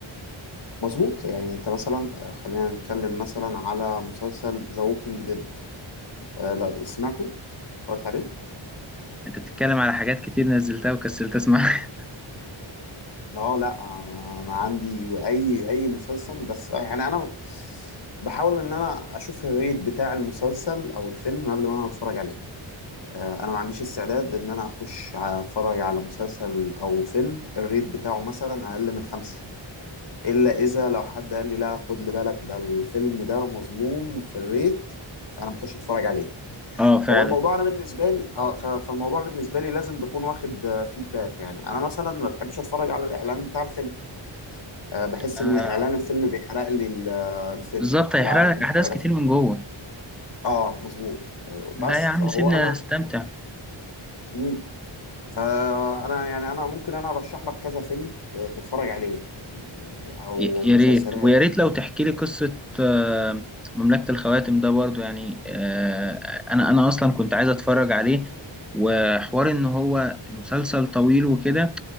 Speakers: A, on the left (about 55°); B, in the centre.
A: مظبوط يعني انت مثلا آه، خلينا نتكلم مثلا على مسلسل ذا ووكينج ديد آه لا سمعته اتفرجت عليه
B: انت بتتكلم على حاجات كتير نزلتها وكسلت اسمعها
A: اه لا آه، انا عندي اي اي مسلسل بس يعني انا بحاول ان انا اشوف الريت بتاع المسلسل او الفيلم قبل ما انا اتفرج عليه آه، انا ما عنديش استعداد ان انا اخش اتفرج على مسلسل او فيلم الريت بتاعه مثلا اقل من خمسة الا اذا لو حد قال لي لا خد لي بالك ده الفيلم ده مظلوم في الريت فانا بخش اتفرج عليه
B: <laughs> اه فعلا
A: فهو الموضوع انا بالنسبه لي اه ف- فالموضوع بالنسبه لي لازم بكون واخد فيدباك يعني انا مثلا ما بحبش اتفرج على الاعلان بتاع الفيلم آه بحس
B: آه
A: ان اعلان الفيلم بيحرق لي ال- آه، الفيلم
B: بالظبط هيحرق
A: لا انا بحب
B: لك احداث
A: اتفرج
B: كتير
A: على الفيلم
B: من جوه
A: اه مظبوط آه،
B: لا
A: بس
B: يا عم
A: فهو
B: سيبنا
A: انا
B: استمتع
A: مم. فانا يعني انا ممكن انا ارشح لك كذا فيلم آه، تتفرج عليه يعني يعني او
B: ي- يا
A: مسلسلات
B: ريت ويا ريت لو تحكي لي قصة آه، مملكة الخواتم ده برضو يعني آه، أنا أنا أصلا كنت عايز أتفرج عليه وحوار إن هو مسلسل طويل وكده